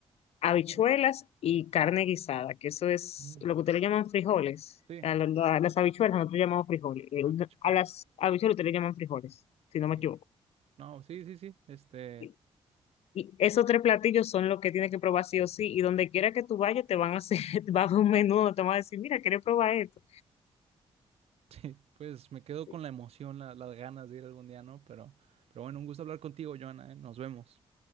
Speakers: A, on the left; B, on the right.
A: habichuelas
B: Mar-
A: y carne guisada, que eso es
B: Mm.
A: lo que ustedes le llaman frijoles.
B: Sí.
A: A, lo- lo- a las habichuelas nosotros llamamos frijoles. Eh,
B: Ah,
A: una- A las habichuelas ustedes le llaman frijoles, si no
B: sí.
A: me equivoco.
B: No, sí, sí, sí. Este,
A: Y y esos tres platillos son los que tienes que probar sí o sí. Y donde quiera que tú vayas, te van a hacer, <laughs> va a haber un menú, te van a decir, mira, ¿quieres probar esto?
B: Sí, pues me quedo
A: Sí.
B: con la emoción, la- las ganas de ir algún día, ¿no? Pero, pero bueno, un gusto hablar contigo, Joana, ¿eh? Nos vemos.